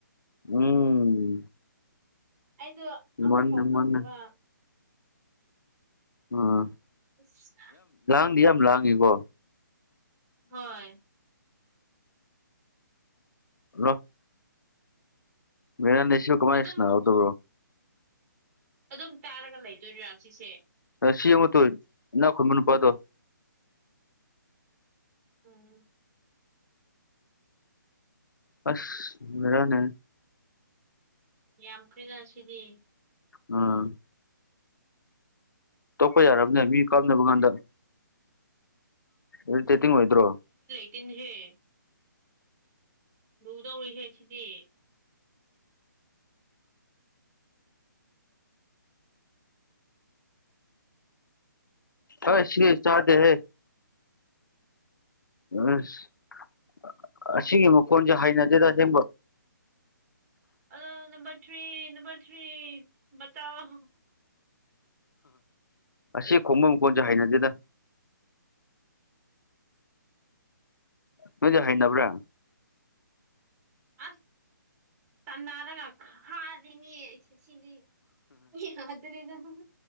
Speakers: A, on the left (about 75°); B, on the right (about 20°).
A: ꯎꯝ
B: ꯑꯩꯗꯣ ꯑꯃꯐꯥꯎ
A: ꯃꯥꯅꯦ
B: ꯈꯪꯗꯕ
A: ꯃꯥꯅꯦ ꯑꯝ
B: ꯎꯠꯁ
A: ꯉꯪꯗꯤ ꯌꯥꯝ ꯂꯥꯡꯉꯤꯕꯣ
B: ꯍꯣꯏ
A: ꯂꯣ <unintelligible> ꯀꯃꯥꯏꯁꯅꯕ
B: ꯑꯗꯨꯝ
A: ꯑꯗꯣ
B: ꯑꯗꯨꯝ ꯇꯥꯔꯒ ꯂꯩꯗꯣꯏꯔꯥ ꯁꯤꯁꯦ
A: ꯁꯤ ꯌꯦꯡꯉꯨꯇꯨ ꯏꯅꯥꯈꯨꯝꯕ ꯅꯨꯄꯥꯗꯣ
B: ꯎꯝ
A: ꯑꯁ <unintelligible>
B: ꯌꯥꯝꯈꯔ꯭ꯦꯗꯥ ꯁꯤꯗꯤ
A: ꯑꯝ ꯇꯣꯛꯄ ꯌꯥꯔꯝꯅꯦ ꯃꯤ ꯀꯥꯞꯅꯕ ꯀꯥꯟꯗ ꯏꯔꯤꯇꯦꯇꯤꯡ ꯑꯣꯏꯗꯔꯣ
B: ꯏꯍꯦ ꯂꯨꯗꯧꯔꯤꯍꯦ ꯁꯤꯗꯤ
A: ꯑꯦ ꯁꯤ ꯆꯗꯦ ꯍꯦ ꯑꯁ ꯑꯁꯤꯒꯤ ꯃꯈꯣꯟꯁꯦ ꯍꯩꯅꯗꯦ ꯑꯁꯦꯡꯕ
B: ꯑꯂꯣ ꯅꯝꯕꯔ ꯊ꯭ꯔꯤ ꯅꯝꯕꯔ ꯊ꯭ꯔꯤ ꯕꯆꯥꯎ
A: ꯑꯁꯤ ꯈꯣꯡꯐꯝ ꯀꯣꯟꯁꯦ ꯍꯥꯏꯅꯁꯤꯦꯗ ꯅꯣꯏꯗꯤ ꯍꯩꯅꯕ꯭ꯔꯥ
B: ꯑꯁ ꯇꯟꯅꯔꯒ <unintelligible> <unintelligible>